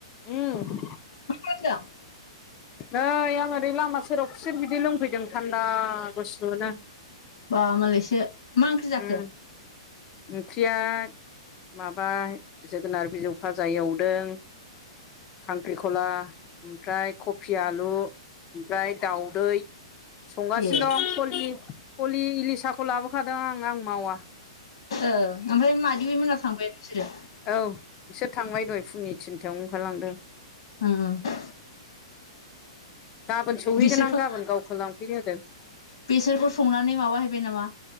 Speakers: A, on the left; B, on the left.
A: उम
B: मा खालामदों
A: नै आं ओरै लामा सेराव खुसेर बिदै लोंफैदों थान्दा गुसुनो
B: बा मालायसो मा ओंख्रि जाखो
A: उम ओंख्रिया माबा जोगोनार बिजौ फाजा एवदों खांख्रिखला ओमफ्राय कबि आलु ओमफ्राय दाउदै संगासिनो
B: ए
A: दं फलि फलि इलिसाखौ लाबोखादों आं आं मावा
B: ओ ओमफ्राय मादिमि मोना थांबायानो बिसोरो
A: औ बिसोर थांबाय दहाय फुंनि थिनथायावनो ओंखारलांदों
B: उम उम
A: गाबोन सौहैगोन
B: बिसोरखौ
A: आं गाबोन गावखौ लांफैनो होदों
B: बिसोरखौ संनानै माबाहैबाय नामा